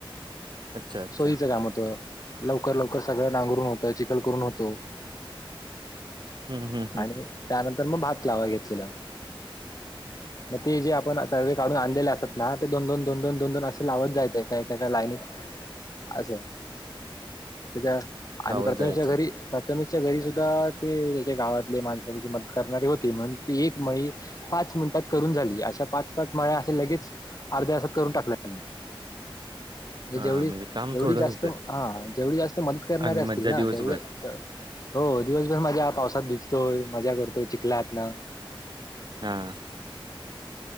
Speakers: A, on the right; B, on the left.
A: अच्छा अच्छा
B: सोयचं काम होतं. लवकर लवकर सगळं नांगरून होतं चिखल करून होतो.
A: हम्म हम्म हम्म
B: आणि त्यानंतर म भात लावाय घेतलेल. मग ते जे आपण तर्वे काढून आणलेले असतात. ना ते दोन दोन दोन दोन दोन दोन असे लावत जायच एका एका लाईनीत आसं त्याच्या
A: गावात
B: आणि प्रतमेच्या
A: जायचं
B: घरी त मेशच्या घरी सुद्धा ते त्याच्या गावातले माणस त्याची मदत करणारे होते म्हण ते एक मळी पाच पाच मिनिटात करून झाली अशा पाच पाच माळ्या असे लगेच अर्ध्या तासात करून टाकल्या त्यानी.
A: हा
B: <inaudible> जेवढी
A: म्हणजे काम
B: जेवढी
A: थोडंच
B: जास्त
A: असतंय
B: हा जेवढी जास्त मदत करणारे
A: आणि
B: असतील
A: मज्जा
B: ना
A: दिवसभर
B: तेवढ त. हो दिवसभर माझ्या पावसात भिजतोय मजा करतोय चिकलातन.
A: हां.